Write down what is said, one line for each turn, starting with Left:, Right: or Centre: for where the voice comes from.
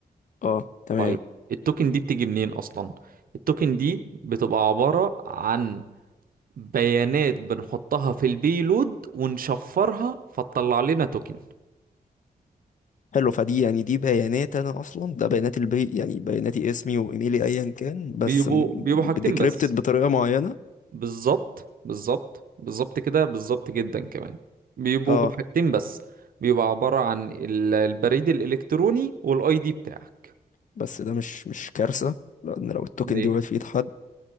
Left: اه تمام
Right: طيب التوكن دي بتيجي منين اصلا التوكن دي بتبقى عبارة عن بيانات بنحطها في البيلود ونشفرها فتطلع لنا توكن
Left: حلو فدي يعني دي بيانات انا اصلا ده بيانات البي يعني بياناتي اسمي وايميلي ايا كان بس
Right: بيبقوا
Left: م-
Right: بيبقوا
Left: بديكريبتد
Right: حاجتين بس
Left: بطريقه معينه
Right: بالظبط بالظبط بالظبط كده بالظبط جدا كمان بيبقوا
Left: اه
Right: بحاجتين بس بيبقى عبارة عن ال- البريد الإلكتروني والاي دي بتاعك
Left: بس ده مش مش كارثة لأن لو التوكن
Right: ليه
Left: دي وقعت في إيد حد